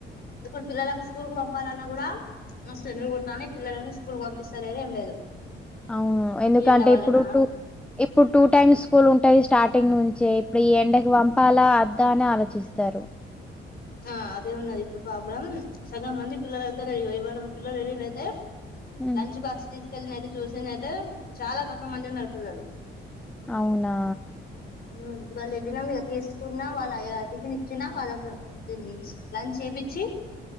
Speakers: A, on the left (about 50°); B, in the centre.
A: ఇప్పుడు పిల్లలకు స్కూల్ కు పంపాలన్నా కూడా మస్ ఎండలు కోడతానయి పిల్లలని స్కూల్ పంపిస్తాలేరు ఏం లేదు
B: అవును ఎందుకంటే
A: ఈ ఎండ వల్లనా
B: ఇప్పుడు టూ ఇప్పుడు టూ టైమ్స్ స్కూల్ ఉంటాయి స్టార్టింగ్ నుం చే ఇప్పుడు ఈ ఎండకు పంపాలా అద్దా అని ఆలోచిస్తారు
A: ఆ అదే ఉన్నది ఇప్పుడు ప్రాబ్లమ్ సగం మంది పిల్లలు వెళ్తే ఇవాళ మా పిల్లలు వెళ్ళినరు అయితే
B: హ్మ్
A: లంచ్ బాక్స్ తీసుకెళ్లినయితే చూసిన అయితే చాలా తక్కువ మంది ఉన్నారు పిల్లలు
B: అవునా
A: హ ఈవళ్ళ వెళ్ళినం ఇగ తీసుకున్నా వాళ్ళ టిఫిన్ ఇచ్చినా వాళ్ళకు లంచ్ చేపిచ్చి